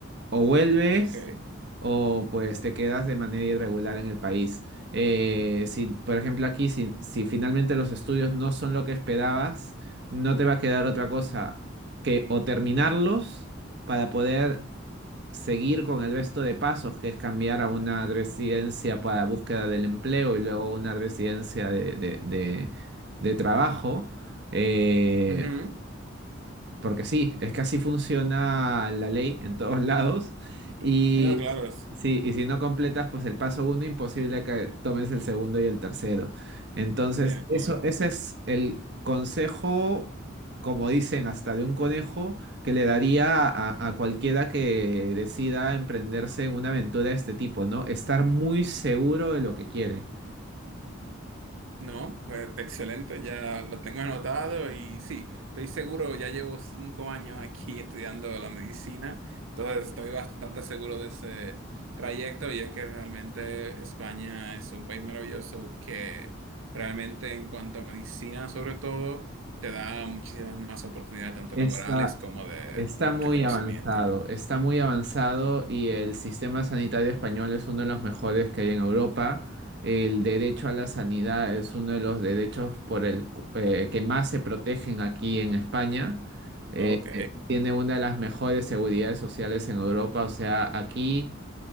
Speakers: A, on the right (about 55°); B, on the right (about 75°).
A: o vuelves
B: ok.
A: o pues te quedas de manera irregular en el país. Eh, si, por ejemplo, aquí, si, si finalmente los estudios no son lo que esperabas, no te va a quedar otra cosa que o terminarlos para poder seguir con el resto de pasos, que es cambiar a una residencia para búsqueda del empleo y luego una residencia de, de- de- de trabajo. Eh,
B: Ujú.
A: porque sí, es que así funciona la ley en todos <laughs> lados. Y,
B: No, claro, es-
A: sí, y si no completas, pues el paso uno, imposible que tomes el segundo y el tercero. Entonces,
B: de acuerdo.
A: eso, ese es el consejo, como dicen, hasta de un conejo, que le daría a, a cualquiera que decida emprenderse en una aventura de este tipo, ¿no? Estar muy seguro de lo que quiere.
B: No, pues, excelente, ya lo tengo anotado y sí, estoy seguro, ya llevo cinco años aquí estudiando la medicina, entonces estoy bastante seguro de ese trayecto y es que realmente España es un país maravilloso que realmente en cuanto a medicina sobre todo te da muchísimas más oportunidades tanto
A: Está,
B: laborales como de
A: Está muy
B: reconocimiento.
A: avanzado, está muy avanzado y el sistema sanitario español es uno de los mejores que hay en Europa. El derecho a la sanidad es uno de los derechos por el cu- eh, que más se protegen aquí en España. Eh,
B: Ok.
A: eh, tiene una de las mejores seguridades sociales en Europa, o sea, aquí